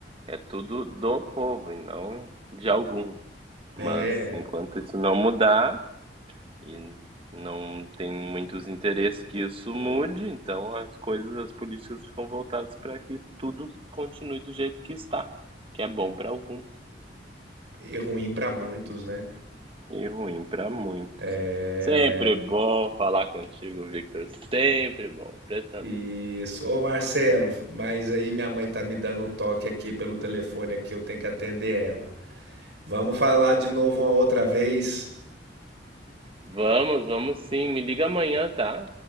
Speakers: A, on the right; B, on the right.
A: É tudo do povo e não de alguns.
B: É,
A: Mas enquanto isso não mudar, e não tem muitos interesses que isso mude, então as coisas, as políticas ficam voltadas para que tudo continue do jeito que está, que é bom para alguns
B: e ruim para muitos, né?
A: e ruim para muitos.
B: É,
A: Sempre bom falar contigo, Victor. Sempre bom, impressionante.
B: Isso. Ô Marcelo, mas aí minha mãe tá me dando um toque aqui pelo telefone aqui, eu tenho que atender ela. Vamos falar de novo uma outra vez?
A: Vamos, vamos sim. Me liga amanhã, tá?